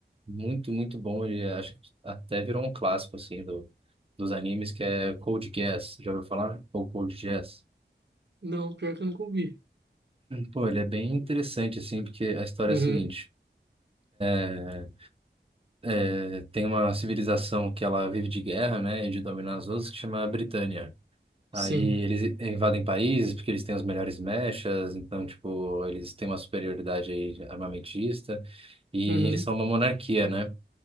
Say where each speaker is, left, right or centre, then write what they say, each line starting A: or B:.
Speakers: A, on the right; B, on the right.
A: muito, muito bom. Ele é- acho que até virou um clássico, assim, do, dos animes, que é Code Geass. Já ouviu falar? Ou Code Geass?
B: Não, pior que eu nunca ouvi.
A: Pô, ele é bem interessante, assim, porque a história
B: Uhum.
A: é a seguinte. é, é, Tem uma civilização que ela vive de guerra, né, e de dominar as outras, que chama Britânia.
B: Sim.
A: Aí eles invadem países porque eles têm os melhores mechas, então, tipo, eles têm uma superioridade aí armamentista. E
B: Uhum.
A: eles são uma monarquia, né?